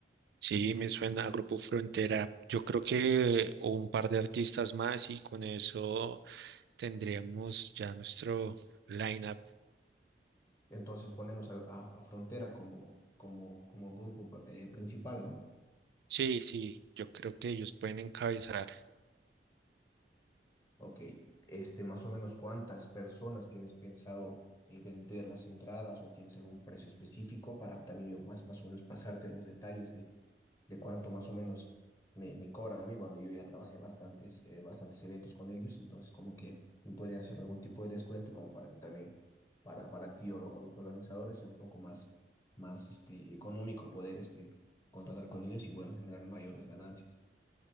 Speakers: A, on the right; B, on the left.
A: Sí, me suena a Grupo Frontera. Yo creo que un par de artistas más y con eso tendríamos ya nuestro lineup.
B: Entonces ponemos a, a- a Frontera como, como, como grupo eh, principal, ¿no?
A: Sí, sí, yo creo que ellos pueden encabezar.
B: Ok, este, más o menos cuántas personas tienes pensado eh, vender las entradas o tienes algún precio específico para también yo más, más o menos pasarte los detalles de, de cuánto más o menos me, me cobran a mí. Bueno, yo ya trabajé bastantes, eh, bastantes eventos con ellos, entonces como que me podrían hacer algún tipo de descuento como para que también para, para ti o, lo- o los organizadores sea un poco más, más este, económico poder este, contratar con ellos y bueno, generar mayores ganancias.